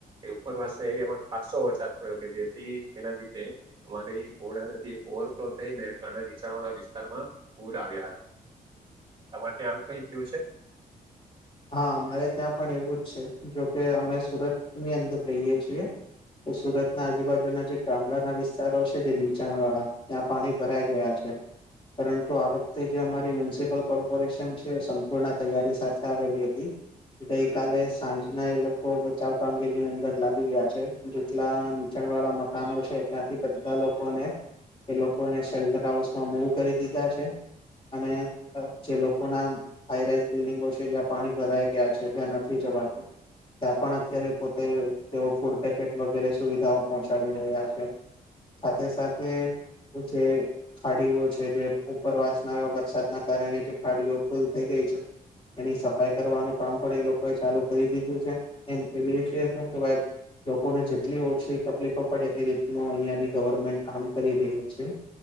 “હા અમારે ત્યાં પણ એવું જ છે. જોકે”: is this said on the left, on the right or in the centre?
Left